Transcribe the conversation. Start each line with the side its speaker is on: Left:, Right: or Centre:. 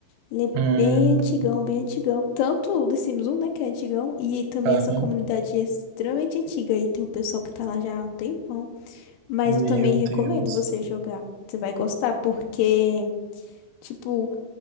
Left: Ele é
Right: Hum,
Left: bem antigão, bem antigão. Tanto o The Sims 1, né, que é antigão, e também
Right: aham.
Left: essa comunidade é extremamente antiga. E tem um pessoal que tá lá já há um tempão. Mas
Right: Meu
Left: eu também recomendo
Right: Deus.
Left: você jogar. Você vai gostar, porque, tipo,